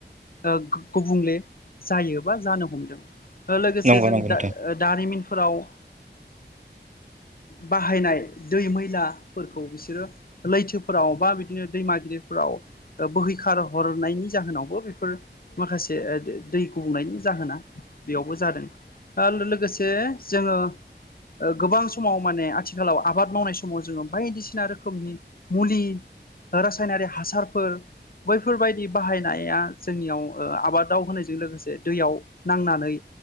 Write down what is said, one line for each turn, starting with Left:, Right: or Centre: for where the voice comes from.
Left: ओ गुबुंले जायो बा जानो हमदों लोगोसे
Right: नंगौ
Left: जों
Right: नंगौ नोंथां
Left: दा ओ दारिमिनफोराव ओ बाहायनाय दै मैलाफोरखौ बिसोरो लैथो फोराव बा बिदिनो दैमा गिदिरफोराव बोहैखार हरनायनि जाहोनावबो बेफोर माखासे दै गुबुंनायनि जाहोना बेयावबो जादों। आरो लोगोसे जोङो ओ गोबां समाव माने आथिखालाव आबाद मावनाय समाव जोङो बायदिसिना रोखोमनि मुलि रासायनारि हासारफोर बैफोरबायदि बाहायनाया जोंनियाव ओ आबादाव होनायजों लोगोसे दैयाव नांनानै